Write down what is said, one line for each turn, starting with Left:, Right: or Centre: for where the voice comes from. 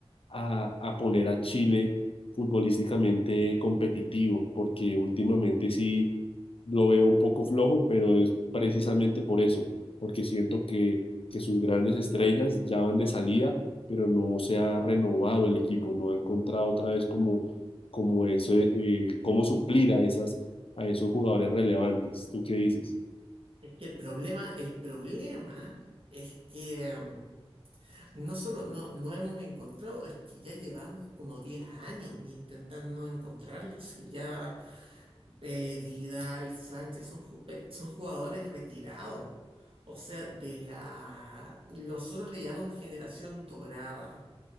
Left: a, a poner a Chile futbolísticamente competitivo, porque últimamente sí lo veo un poco flojo, pero es precisamente por eso, porque siento que, que sus grandes estrellas ya van de salida, pero no se ha renovado el equipo, no ha encontrado otra vez como, como eso, eh, cómo suplir a esas, a esos jugadores relevantes. ¿Tú qué dices?
Right: Es que el problema, el problema es que mm, no solo no, no hemos encontrado, es que ya llevamos como 10 años intentando encontrarlos. Y ya eh, Vidal, Sánchez son, ju- eh, son jugadores retirados. O sea, de la... Nosotros le llamamos generación dorada